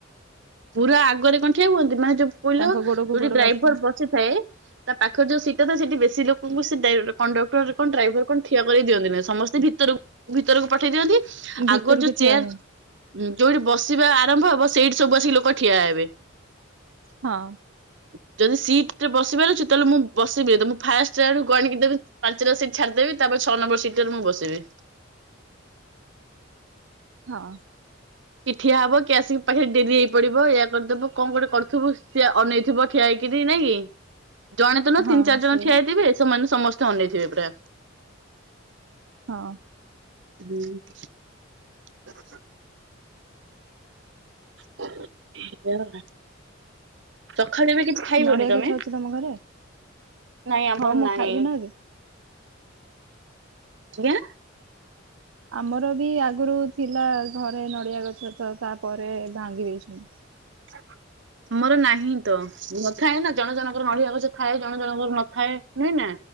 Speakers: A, on the right; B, on the right.
A: ପୁରା ଆଗରେ କଣ ଠିଆ ହୁହନ୍ତି ମାନେ ଯୋଉ କହିଲ
B: ତାଙ୍କ
A: ଯୋଉଠି
B: ଗୋଡକୁ ଗୋଡ
A: ଡ୍ରାଇଭର
B: ବାଜୁଥିବ
A: ବସି ସି ଥାଏ। ତା ପାଖରେ ଯୋଉ ସିଟା ଥାଏ ସେଠି ବେଶୀ ଲୋକଙ୍କୁ ସେ କଣ୍ଡକ୍ଟର କଣ ଡ୍ରାଇଭର କଣ ଠିଆ କରଇ ଦିଅନ୍ତି ନାହି ସମସ୍ତେ ଭିତରକୁ ଭିତରକୁ ପଠେଇ ଦିଅନ୍ତି
B: ଭିତରକୁ
A: ଆଗରୁ ଯୋଉ
B: ଠିଆ
A: ଚେୟାର
B: ହୁଅନ୍ତି
A: ହୁଁ ଯୋଉଠି ବସିବା ଆରମ୍ଭ ହବ ସେଇଠି ସବୁ ଆସିକି ଲୋକ ଠିଆ ହେବେ।
B: ହଁ।
A: ଉଁ ଯଦି ସିଟ୍ ରେ ବସି ପାରୁଛି ତାହେଲେ ମୁଁ ବସିବି ଏବେ ମୁଁ ଫାଷ୍ଟ୍ ଆଡୁ ଗଣିକି ଦେବି ପାଞ୍ଚଟା ସିଟ୍ ଛାଡିଦେବି ତାପରେ ଛଅ ନମ୍ବର ସିଟ୍ ରେ ମୁଁ ବସିବି।
B: ହଁ।
A: କିଏ ଠିଆ ହବ କିଏ ଆସିକି ପାଖରେ ଡେରି ହେଇ ପଡିବ ଏୟା କରିଦବ କଣ ଗୋଟେ କରୁଥିବ ସିଏ ଅନେଇଥିବ ଠିଆ ହେଇକିରି ନାଇଁ କି?
B: <inaudible>
A: ଜଣେ ତ ନୁହଁ ତିନି
B: ହଁ
A: ଚାରି ଜଣ
B: ସେ
A: ଠିଆ ହେଇଥିବେ ସେମାନେ ସମସ୍ତେ ଅନେଇଥିବେ ପୁରା
B: ହଁ।
A: ହୁଁ। <unintelligible> କଣ ହେଲା? ସକାଳେ ବି କିଛି ଖାଇବନି
B: ନଡିଆ
A: ତମେ?
B: ଗଛ ଅଛି ତମ ଘରେ
A: ନାଇଁ ଆମର
B: ହଁ ମୁଁ
A: ନାହିଁ।
B: ଖାଇବି ନା ଏବେ
A: ଆଜ୍ଞା।
B: ଆମର ବି ଆଗୁରୁ ଥିଲା ଘରେ ନଡିଆ ଗଛ ତ ତାପରେ ଭାଙ୍ଗି ଦେଇଛନ୍
A: ଆଉ କଁ? ମୋର ନାହିଁ ତ ନଥାଏ ନା ଜଣେ ଜଣଙ୍କର ନଡିଆ ଗଛ ଥାଏ ଜଣେ ଜଣଙ୍କର ନଥାଏ ନୁହେଁ ନାଁ?